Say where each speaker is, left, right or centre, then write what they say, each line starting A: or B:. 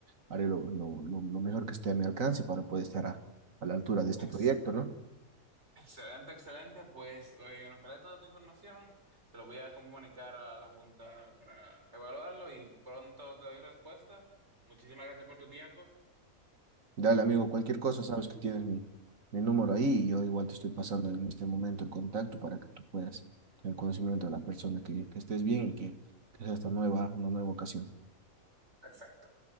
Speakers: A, on the right (about 65°); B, on the right (about 50°).
A: haré lo, lo, lo lo mejor que esté a mi alcance para poder estar a, a la altura de este
B: Ex-
A: proyecto, ¿no?
B: excelente, excelente. Pues eh, anotaré toda tu información, te lo voy a comunicar a la Junta para evaluarlo y pronto te doy respuesta. Muchísimas gracias por tu tiempo.
A: Dale, amigo, cualquier cosa, sabes que tienes mi, mi número ahí y yo igual te estoy pasando en este momento el contacto para que tú puedas tener conocimiento de la persona, que, que estés bien y que, que sea esta nueva, una nueva ocasión.
B: Perfecto.